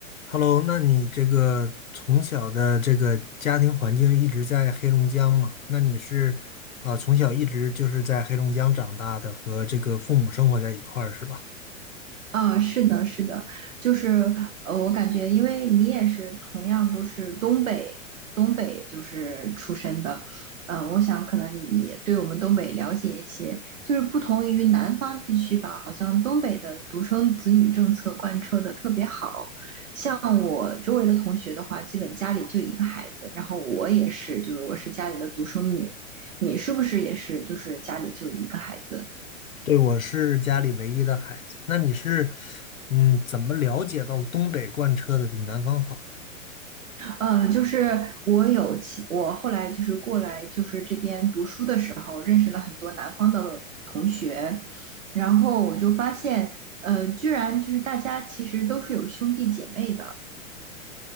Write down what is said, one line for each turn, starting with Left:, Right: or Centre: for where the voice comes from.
Left: Hello，那你这个从小的这个家庭环境一直在黑龙江嘛？那你是啊、呃从小一直就是在黑龙江长大的，和这个父母生活在一块儿是吧？
Right: 啊，是的，是的，就是呃，我感觉，因为你也是同样都是东北，东北就是出身的，嗯、我想可能你也对我们东北了解一些，就是不同于南方地区吧，好像东北的独生子女政策贯彻的特别好，像我周围的同学的话，基本家里就一个孩子，然后我也是，就是我是家里的独生女，你是不是也是，就是家里就一个孩子？
Left: 对，我是家里唯一的孩子。那你是嗯，怎么了解到东北贯彻的比南方好呢？
Right: 嗯，就是我有其我后来就是过来就是这边读书的时候，认识了很多南方的同学，然后我就发现，呃，居然就是大家其实都是有兄弟姐妹的，